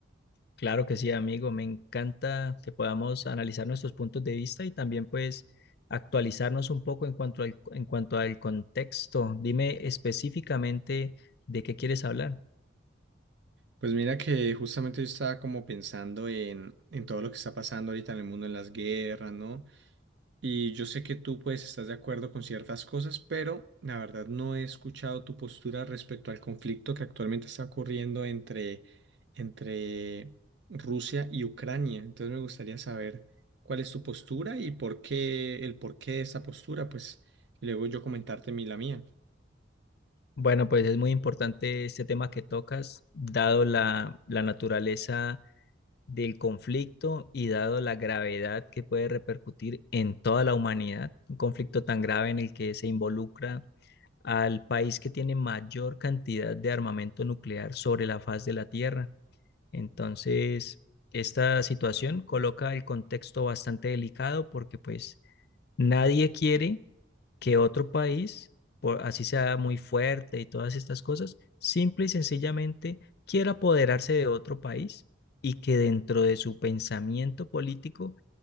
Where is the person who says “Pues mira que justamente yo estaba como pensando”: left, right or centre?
Right